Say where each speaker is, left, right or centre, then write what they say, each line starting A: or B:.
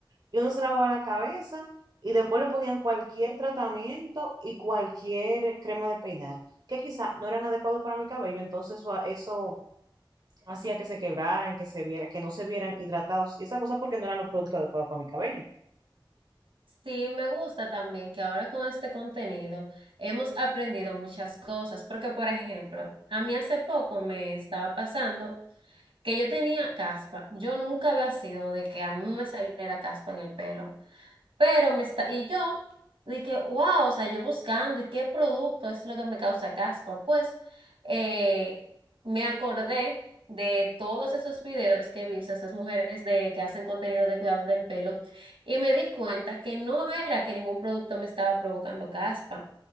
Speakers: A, on the right; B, on the right.
A: y uno se lavaba la cabeza y después le ponían cualquier tratamiento y cualquier crema de peinar, que quizá no eran adecuados para mi cabello, entonces eso, eso hacía que se quebraran, que se viera, que no se vieran hidratados y esa cosa porque no eran los productos adecuados para mi cabello.
B: Sí, me gusta también que ahora con este contenido hemos aprendido muchas cosas, porque por ejemplo, a mí hace poco me estaba pasando que yo tenía caspa. Yo nunca había sido de que a mí me saliera caspa en el pelo. Pero me está, y yo dije, wow, o sea, yo buscando y qué producto es lo que me causa caspa. Pues eh, me acordé de todos esos videos que he visto, esas mujeres de, que hacen contenido de cuidado del pelo, y me di cuenta que no era que ningún producto me estaba provocando caspa,